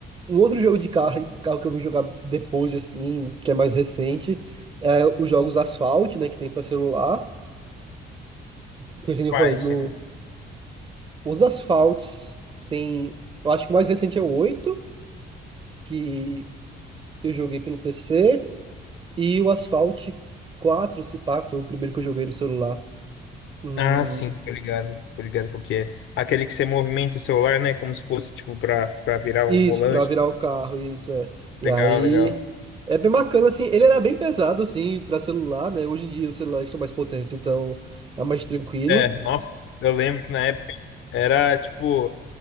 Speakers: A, on the right; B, on the left.
A: um outro jogo de carro, carro que eu vim jogar depois assim, que é mais recente, é os jogos Asphalt, né, que tem pra celular. Porque, como eu
B: Vai,
A: falei,
B: esse
A: no,
B: aí.
A: Os asfaltes tem, eu acho que o mais recente é o 8 que eu joguei pelo PC, e o Asphalt quatro se pá, foi o primeiro que eu joguei no celular. Hum,
B: Ah, sim, tô ligado. Tô ligado porque é. Aquele que você movimenta o celular, né? Como se fosse, tipo, pra, pra virar
A: isso,
B: o volante.
A: pra virar o carro, isso é. E
B: Legal,
A: aí
B: legal.
A: é bem bacana assim, ele era bem pesado assim pra celular, né? Hoje em dia os celulares estão mais potentes, então tá mais tranquilo.
B: É, nossa, eu lembro que na época era, tipo,